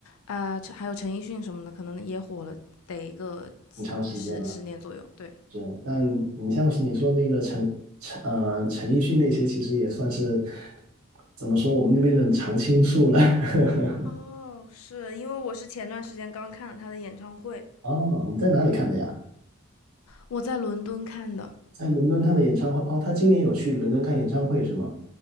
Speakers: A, on the left; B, on the right.
A: 呃，还有陈奕迅什么的，可能也火了得个
B: 挺长时间。
A: 十十年左右。
B: 了。
A: 对，
B: 是，但你像是你说那个陈陈呃陈奕迅那些，其实也算是怎么说我们那边的常青树了。<laughs>
A: 哦，是因为我是前段时间刚看了他的演唱会，
B: 哦，你在哪里看的呀？
A: 我在伦敦看的，
B: 在伦敦看的演唱会。哦，他今年有去伦敦看演唱会是吗？